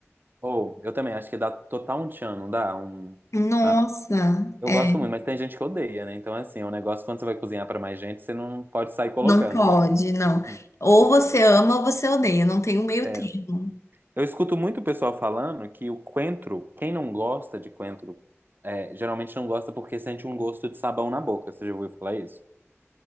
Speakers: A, on the right; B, on the left.
A: Ou, eu também acho que dá total um tchan, não dá? Um...
B: Nossa,
A: Ah, eu
B: é,
A: gosto muito, mas tem gente que odeia, né? Então, assim, é um negócio quando você vai cozinhar pra mais gente, você não pode sair colocando,
B: não pode,
A: né?
B: não.
A: Hum,
B: Ou
A: por
B: você
A: quê?
B: ama ou você odeia, não tem um meio
A: É.
B: termo.
A: Eu escuto muito o pessoal falando que o coentro, quem não gosta de coentro, é, geralmente não gosta porque sente um gosto de sabão na boca. Você já ouviu falar isso?